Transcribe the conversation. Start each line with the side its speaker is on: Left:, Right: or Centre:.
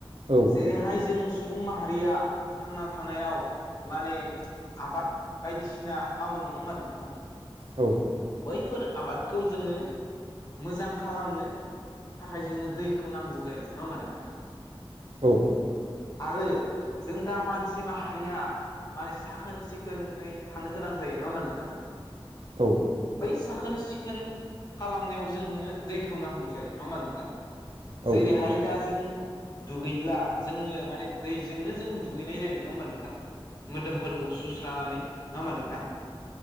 Right: औ
Left: जेरैहाय जों सुबुं माहारिया थांना थानायाव माने आबाद बायदिसिना मावो नङा होमबा नोंथां
Right: औ
Left: बैफोर आबादखौ जोङो मोजां खालामनो थाखाय जोंनो दैखौ नांगौ जायो नङा होमबा नोंथां
Right: औ
Left: आरो जों दा मानसि माहारिया माने साखोन सिखोनै थानो गोनां जायो नङा होनबा नोंथां
Right: औ
Left: बै साखोन सिखोन खालामनायाव जोंनो दैखौ नांगौ जायो नङा होमब्ला नोंथां?
Right: औ
Left: जेरैहाय दा जों दुगैब्ला जोंनो माने दैजोंनो जों दुगैनाय जायो नङा होमबा नोंथां? मोदोमफोरखौ सुस्रानानै नङा होमबा नोंथां